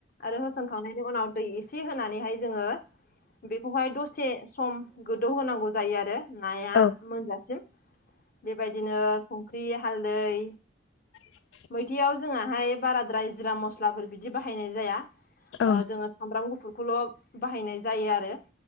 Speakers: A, on the left; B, on the left.
A: आरो होसन खांनायनि उनाव दै एसे होनानैहाय जोङो बेखौहाय दसे सम गोदौ होनांगौ जायो आरो नाया
B: औ
A: मोनजासिम बेबायदिनो संख्रि हालदै
B: <inaudible>
A: मैथाययाव जोंहाहाय बाराद्राय जिरा मस्लाफोर बिदि बाहायनाय जाया।
B: औ
A: ओ जोङो सामब्राम गुफुरखौल' बाहायनाय जायो आरो।